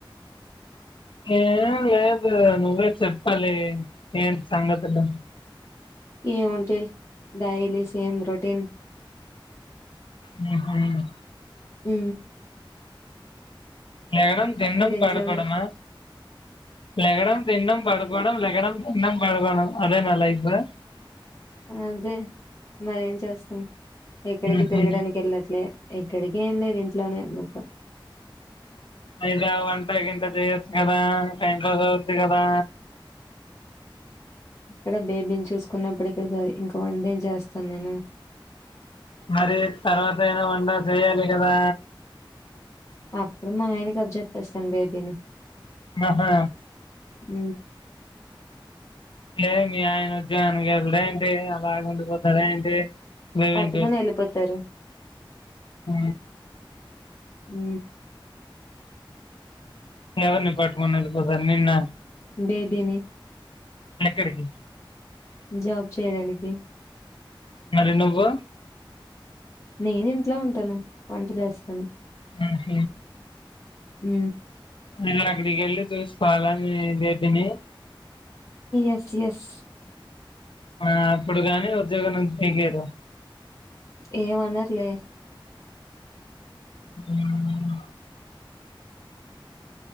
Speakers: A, on the left; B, on the left.
A: ఏం లేదు నువ్వే చెప్పాలి ఏంటి సంగతులు
B: ఏము ఉంటే డైలీ సేమ్ రొటీన్
A: ఆ
B: ఉ
A: లేడం తిన్నడం
B: ఇంట్లోనే
A: పడకడమా లగనం తిన్నం పడుకోడం లగనం తిన్నం పడుకోడం అదేనల ఇప్పు
B: అదే మరేం చేస్తాం ఎక్కడికి
A: ఉహు
B: తిరగడానికి వెళ్ళట్లే ఎక్కడికి ఏం లే ఇంట్లోనే అమ్న్నతా
A: అద వంటకి ఇంత చెయొచ్చు కదా టైం పాస్ అవచ్చది కదా
B: ఇక్కడ బేబీని చూసుకున్నప్పటిక సర ఇంకా వన్ డేం చేస్తాను నేను
A: మరి తర్వాత అయినా వండా చేయాలి కదా
B: అప్పుడు మా ఆయన క అబ్ చెెప్పేస్తాను బేబీని
A: ఆహా
B: అ
A: లే మీ ఆయన ఉద్యోగానికి వెళ్ళడ ఏంటి అలా ఉండిపోతాడ ఏంటి నువ్వేం
B: పట్టుకొని వెళ్ళిపోతారు
A: ఆ
B: హ
A: ఎవ ని పార్ట్మం సార్ నిన్న
B: బేబేని
A: ఎనకడకి
B: జాబ్ చేయడానికి
A: అరి ను్వు
B: నేన్ ఇంట్లో ఉంటాను వంట చేస్తాను
A: ఆ హ
B: ఉ
A: ఇది <unintelligible> అడికెళ్ళి చూసుకోవాల మేమ్ జెపినాయి
B: ఎస్ ఎస్
A: ఆ అప్పుడు కాని ఉద్యోగం నుంచి పికైయర్
B: ఎమ్ అనర్ లే
A: <inaudible>